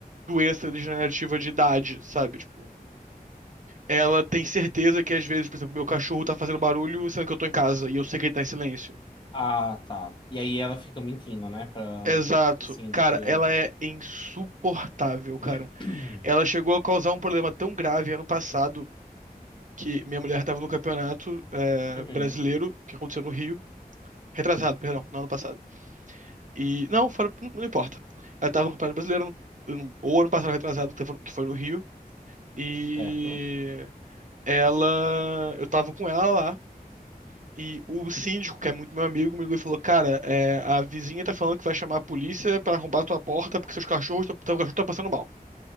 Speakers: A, on the right; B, on the left.
A: doença degenerativa de idade, sabe? Tipo, ela tem certeza que às vezes, por exemplo, meu cachorro tá fazendo barulho sendo que eu tô em casa e eu sei que ele tá em silêncio.
B: Ah, tá. E aí ela fica mentindo, né? Pra
A: Exato.
B: o síndico.
A: Cara,
B: e
A: ela
B: o-
A: é insuportável,
B: <clears throat>
A: cara. Ela chegou a causar um problema tão grave ano passado que minha mulher estava no campeonato é,
B: Uhum.
A: brasileiro, que aconteceu no Rio, retrasado, perdão, não ano passado. E, não, fora- não importa. Ela estava no campeonato brasileiro, no- ou ano passado retrasado, que foi que foi no Rio, e
B: Certo?
A: ela, eu tava com ela lá, e o síndico, que é muito meu amigo, me ligou e falou, cara, é, a vizinha tá falando que vai chamar a polícia pra arrombar a tua porta porque seus cachorros, tão- teu cachorro tá passando mal.